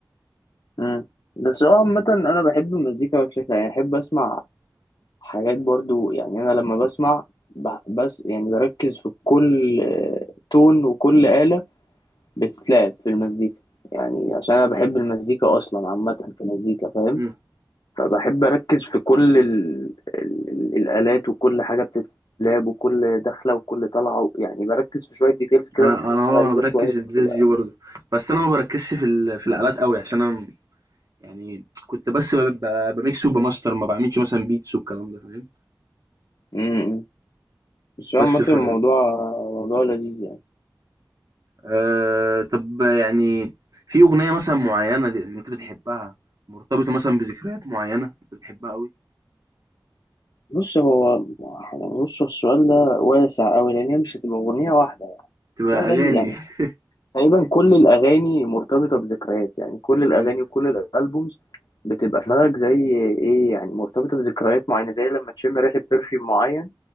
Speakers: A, on the left; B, on the right.
A: مم. بس هو عامة أنا بحب المزيكا بشكل يعني أحب أسمع حاجات برضو يعني أنا لما بسمع ب- بس يعني بركز في كل آه، تون وكل آلة بتتلعب في المزيكا يعني عشان انا بحب المزيكا اصلا عامه كمزيكا فاهم
B: مم.
A: فبحب اركز في كل ال... ال... ال- الالات وكل حاجه بتتلعب وكل دخله وكل طلعه و... يعني بركز في شويه ديتيلز كده
B: أنا
A: ممكن
B: أنا أه
A: غريبه
B: أنا بركز
A: شويه بس
B: في الجاز
A: بقى
B: دي
A: يعني
B: برضه بس أنا ما بركزش في ال... في الآلات قوي عشان أنا م- يعني كنت بس ب- ب- بميكس وبماستر ما بعملش مثلا بيتس والكلام ده فاهم
A: امم بس هو
B: بس
A: عامه
B: ف
A: الموضوع موضوع لذيذ يعني
B: آه... طب يعني في أغنية مثلا معينة دي- أنت بتحبها مرتبطة مثلا بذكريات معينة أنت بتحبها قوي
A: بص هو يعني بص هو السؤال ده واسع قوي لان هي مش هتبقى اغنيه واحده
B: تبقى
A: في اغاني
B: أغاني
A: يعني
B: <laughs>
A: تقريبا كل الأغاني مرتبطة بذكريات يعني كل الأغاني
B: مم.
A: وكل الألبومز بتبقى في دماغك زي إيه يعني مرتبطة بذكريات معينة زي لما تشم ريحة برفيوم معين